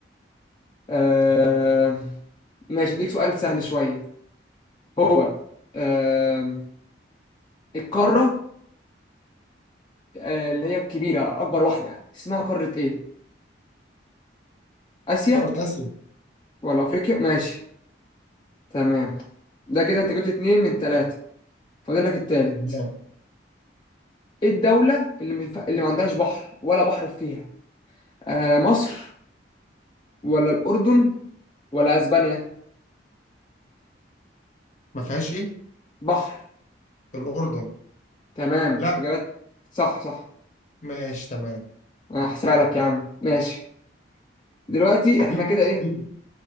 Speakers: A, on the left; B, on the left.
A: آه... ماشي أديك سؤال سهل شوية هو آه... القارة آه... اللي هي الكبيرة أكبر واحدة اسمها قارة إيه؟ آسيا
B: قارة آسيا
A: ولا أفريقيا؟ ماشي تمام ده كده أنت جبت اتنين من تلاتة فاضل لك التالت
B: لا.
A: إيه الدولة اللي ما اللي ما عندهاش بحر ولا بحر فيها؟ آه... مصر ولا الأردن ولا أسبانيا؟
B: ما فيهاش ايه
A: بحر
B: الأردن
A: تمام
B: لا
A: إجابات صح صح
B: ماشي تمام
A: انا هحسبها لك يا عم ماشي دلوقتي
B: حبيبي
A: احنا كده ايه
B: حبيبي